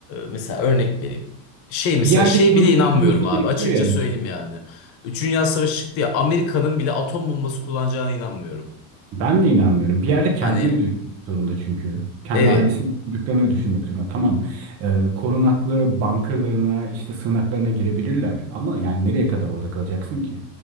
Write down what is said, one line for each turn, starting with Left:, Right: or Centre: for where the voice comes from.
Left: mesela örnek vereyim. Şey mesela
Right: Bir yerde
Left: şey
Right: şunu
Left: bile
Right: da
Left: inanmıyorum
Right: düşünmesi
Left: abi
Right: gerekiyor
Left: açıkça
Right: ya.
Left: söyleyeyim yani. Üçüncü Dünya Savaşı çıktı ya Amerika'nın bile atom bombası kullanacağına inanmıyorum.
Right: Ben de inanmıyorum. Bir yerde kendini
Left: Hani
Right: düşünmek zorunda çünkü. Kendi
Left: evet
Right: ailesini, çocuklarını düşünmek zorunda. Tamam, e, korunaklı bunkerlarına, işte sığınaklarına girebilirler. Ama yani nereye kadar orada kalacaksın ki?